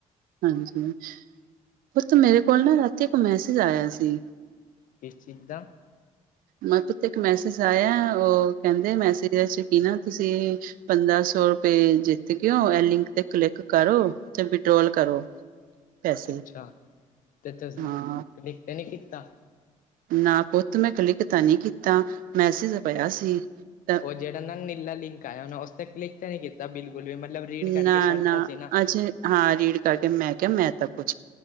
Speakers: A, on the right; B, on the left.
A: ਹਾਂਜੀ। ਪੁਤ ਮੇਰੇ ਕੋਲ ਨਾ ਰਾਤੀ ਇੱਕ ਮੈਸੇਜ ਆਇਆ ਸੀ।
B: ਕਿਸ ਚੀਜ਼ ਦਾ।
A: ਮ ਪੁੱਤੇ ਇੱਕ ਮੈਸੇਜ ਆਇਆ, ਉਹ ਕਹਿੰਦੇ ਮੈਸੇਜ ਇਹਦੇ ਚ' ਕੀ ਨਾ ਤੁਸੀਂ ਪੰਦਰਾਂ ਸੌ ਰੁਏ ਤੇ ਜਿੱਤ ਗੇਓ, ਇਹ ਲਿੰਕ ਤੇ ਕਲਿੱਕ ਕਰੋ। ਤੇ ਵਿਡ੍ਰੋਲ ਕਰੋ। ਪੈਸੇ
B: ਅੱਛਾ। ਤੇ ਤੁਸੀਂ
A: ਹਾਂ
B: ਕਲੀਕ ਤੇ ਨਹੀ ਕੀਤਾ।
A: ਨਾ ਪੁੱਤ ਮੈਂ ਕੱਲ ਕਿ ਤਾਂ ਨਹੀਂ ਕੀਤੀ। ਤਾਂ ਮੈਸੇਜ ਪਿਆ। ਸੀ ਤਾਂ
B: ਉਹ ਜਿਹੜਾ ਨਾ ਨੀਲਾ ਲਿੰਕ ਆਇਆ ਉਹ ਉਸ ਤ ਕਲਿੱਕ ਤਾਂ ਨੀ ਕੀਤਾ ਬਿਲਕੁਲ। ਲ ਵੀ ਮਤਲਬ ਰੀਡ ਕਰਕੇ
A: ਨਾ
B: ਛੱਡਤਾ ਸੀ ਨਾ।
A: ਅੱਜ ਹਾਂ, ਰੀਡ ਕਰਕੇ ਮੈਂ ਕਿਹਾ ਮੈਂ ਤਾਂ ਕੁਛ